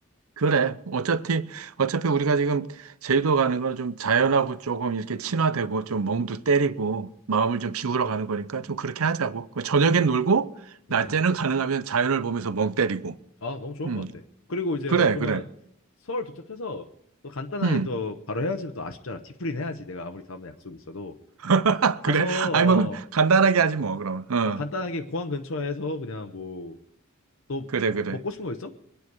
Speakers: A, on the right; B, on the left.
A: 그래. 어차피, 어차피 우리가 지금 제주도 가는 건 좀 자연하고 조금 이렇게 친화되고 좀 멍도 때리고 마음을 좀 비우러 가는 거니까 좀 그렇게 하자고. 그 저녁엔 놀고 낮에는
B: 음.
A: 가능하면 자연을 보면서 멍 때리고.
B: 아, 너무 좋은
A: 음,
B: 것 같아. 그리고 이제
A: 그래,
B: 그러면
A: 그래.
B: 서울 도착해서 또 간단하게
A: 음,
B: 또 바로 해야지 또 아쉽잖아. 뒤풀이는 해야지. 내가 아무리 다음날 약속이 있어도
A: <laughs>
B: 가서
A: 그래.
B: 어,
A: 아니 뭐, 간단하게 하지 뭐, 그럼. 어,
B: 어 간단하게 공항 근처에서 그냥 뭐 너
A: 그래,
B: 뭐
A: 그래.
B: 먹고 싶은 거 있어?